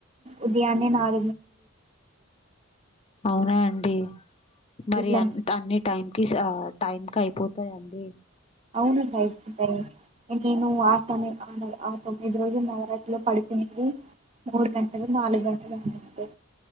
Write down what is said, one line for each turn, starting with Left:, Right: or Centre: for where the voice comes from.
Right: ఉదయాన నాగ
Left: అవునా అండి మరి
Right: ఇల్లంత
Left: అ అన్ని టైం క టైంకి అయిపోతాయండి
Right: అవునండి అయితయి నేను ఆ స ఆ ఆ తొమ్మిది రోజులు నవరాత్రిలో పడుకునేది మూడు గంటలు నాలుగు గంటలు ఉందంటే